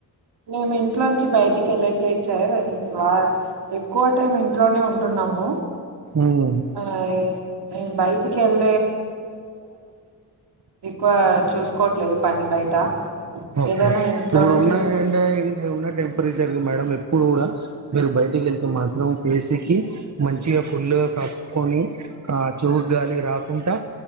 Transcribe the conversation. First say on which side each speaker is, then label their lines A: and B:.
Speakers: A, on the right; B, on the right.
A: మేము ఇంట్లో నుంచి బయటికి వెళ్ళట్లేదు సార్ వా ఎక్కువ టైం ఇంట్లోనే ఉంటున్నాము
B: ఉమ్
A: ఆ ఆ య్ ఎక్కువ చూసుకోట్లేదు పని బయట
B: ఓకే
A: ఏదైనా ఇంట్లోనే
B: ఇప్పుడు ఉన్న
A: చూసుకోండి
B: ఎంట ఉన్న టెంపరేచర్ మేడం ఎప్పుడు కూడా మీరు బయటికి వెళ్తే మాత్రం ఫేస్ కి మంచిగా ఫుల్గా కప్పుకొని ఆ చూ గాలి రాకుండా